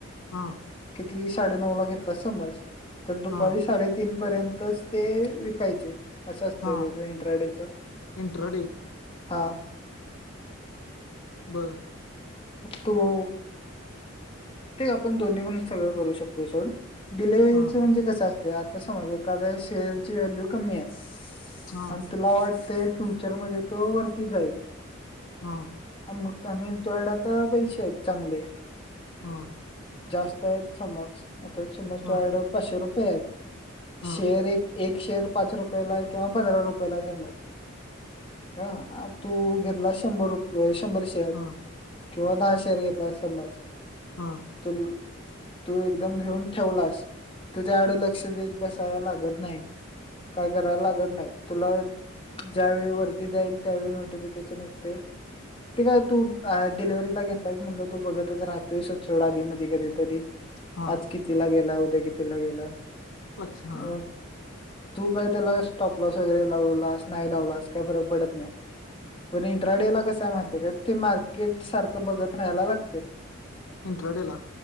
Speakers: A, on the left; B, on the left.
A: हा
B: किती साडे नऊ ला घेतलास समज, तर दुपारी
A: हा
B: साडेतीन पर्यंतच ते विक असल पाहिजे अस असत
A: हा
B: त्याच इंट्राडेच
A: इंट्राडे
B: हा
A: बरं
B: तू ते आपण दोन्ही पण सगळं करू शकतोय सोड. डिलेव्हरीचं
A: हा
B: म्हणजे कसं असते आता समज एाखाद्या शेअर ची व्हॅल्यू कमी आहे.
A: हा
B: आणि तुला वाटत फ्युचर मध्ये तो वरती जाईल.
A: हा
B: अ म आणि तुझ्याकडे आता पैसे आहेत चांगले.
A: हा
B: जास्त आहेत समज आता समज
A: हा
B: तूझ्याकड पाचशे रुपये आहेत
A: हा
B: शेअर एक एक शेअर पाच रुपयाला किंवा पंधरा रुपयाला आहे समज ह तू घेतला शंभर रुप शंभर शेअर
A: हा
B: किंवा दहा शेअर घेतला समज
A: हा
B: तुल तू एकदम घेऊन ठेवलास तू त्या कडे लक्ष देत बसायला लागत नाही काय करायला लागत नाही तुला ज्यावेेळी वरती जाईल त्यावेळी नोटिफिकेशन येत ते ते काय तूअ डिलिव्हरीला घेतलायस म्हणल तू बघत राहतोय असच सोड आधी मधी कधी तरी
A: हा
B: आज कितीला गेलाय उद्या कितीला गेला
A: अच्छा हा
B: हो तू काय त्याला स्टॉपलॉस वगैरे लावलास नाही लावलास काही फरक पडत नाही पण इंट्राडे ला कस आहे माहतीय काय ते मार्केट सारखं बघत राहायला लागते
A: इंट्राडे ला